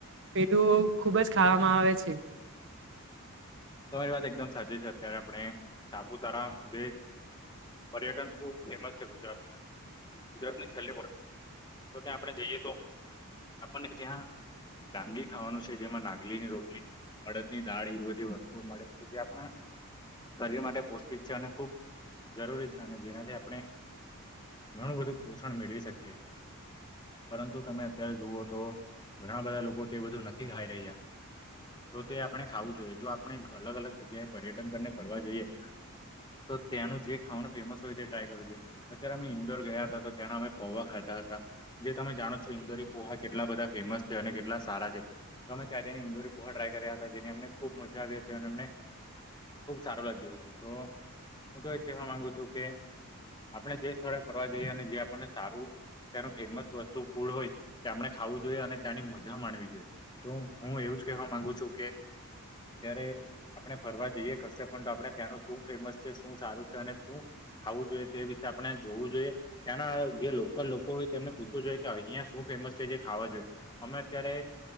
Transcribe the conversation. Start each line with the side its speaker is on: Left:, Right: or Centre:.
Right: પેલું ખુબ જ ખાવામાં આવે છે.
Left: તમારી વાત એકદમ સાચી છે. અત્યારે આપણે સાપુતારા જે પર્યટન ખુબ ફેમસ છે ગુજરાતમાં. ગુજરાતને છેલ્લો તો ત્યાં આપણે જઈએ, તો આપણને જ્યાં ડાંગી ખાવાનું છે, જેમાં નાગલી ની રોટલી, અડદ ની દાળ એ બધી જોવું મળે છે, જે આપણા ગરી માટે પૌષ્ટિક છે અને ખૂબ જરૂરી છે, અને જેનાથી આપણે ઘણું બધું પોષણ મેળવી શકે છે. પરંતુ તમે અત્યારે જુઓ તો ઘણા બધા લોકો તે બધું નથી ખાઈ રહ્યા. તો તે આપણે ખાવું જોઈએ, જો આપણે અલગ અલગ જગ્યાએ પર્યટન કરીને ફરવા જઈએ. તો ત્યાંનું જે ખાવાનું ફેમસ હોય, તે ટ્રાય કરું છે. અત્યારે અમે ઈન્દોર ગયા હતા, તો ત્યાંના અમે પૌવા ખાધા હતા. જે તમે જાણો છો, ઇન્દોરી પૌવા હા કેટલા બધા ફેમસ છે અને કેટલા સારા છે. તમે ત્યાં જઈને પોહા ટ્રાય કર્યા હતા, જેની અમને ખુબ મજા આવી હતી અને મને ખુબ સારું લાગ્યું હતું, તો હું તો એ કહેવા માંગુ છું કે આપણે જે સ્થળે ફરવા જઈએ, અને જે આપણને સારું ત્યાનું ફેમસ વસ્તુ ફૂડ હોય, તે આપણે ખાવું જોઈએ અને ત્યાંની મજા માણવી જોઈએ. તો હું એવું. કેવા માંગુ છું કે
Right: <unintelligible>
Left: અત્યારે આપણે ફરવા જઈએ, કશે ત્યારે પણ આપે ત્યાંનું શું ફેમસ છે, શું સારું છે અને શું આવું જોઈએ, તે વિશે આપણે જોવું જોઈએ. ત્યાંના જે લોકલ લોકો હોય, તેમને પૂછવું જોઈએ કે અહીં શું ફેમસ ખાવા જોઈએ. અમે અત્યારે